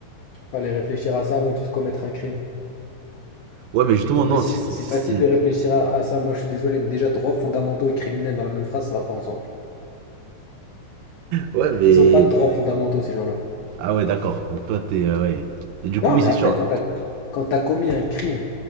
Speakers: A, on the left (about 85°); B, on the right (about 85°).
A: Faut aller réfléchir à ça avant de commettre un crime.
B: Ouais, mais justement,
A: C'est
B: non,
A: facile,
B: si c'est.
A: c'est
B: si
A: facile
B: si.
A: de réfléchir à, à ça. Moi, je suis désolé, mais déjà, droits fondamentaux et criminels dans la même phrase, ça va pas ensemble.
B: Ouais, mais.
A: Ils ont pas de droits fondamentaux, ces gens-là.
B: Ah ouais, d'accord. Donc toi, t'es. euh, ouais. Et du coup,
A: Non,
B: oui,
A: mais
B: c'est
A: après,
B: sûr.
A: quand t'as, quand t'as commis un crime,